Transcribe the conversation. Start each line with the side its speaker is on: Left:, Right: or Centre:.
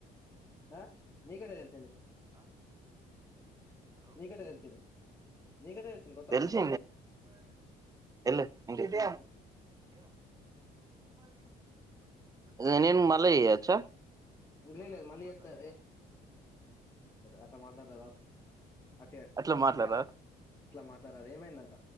Left: ఆ నీకెట్ల తెలిసింది నీకెట్ట తెలిసింది నీకెట్ట తెలిసింది కొత్త
Right: తెలిసి
Left: అకౌంట్
Right: ఎ
Left: ఉహు
Right: నేనేం మల్లా చేయెచ్చా
Left: లేదు లేదు లే ఇ లే మళ్ళీ చేస్తా అట్లా మాట్లాడరాదు <unintelligible> అ
Right: అట్లా మాట్లాడరా
Left: కా ఇట్లా మాట్లాడాల ఏమైందంట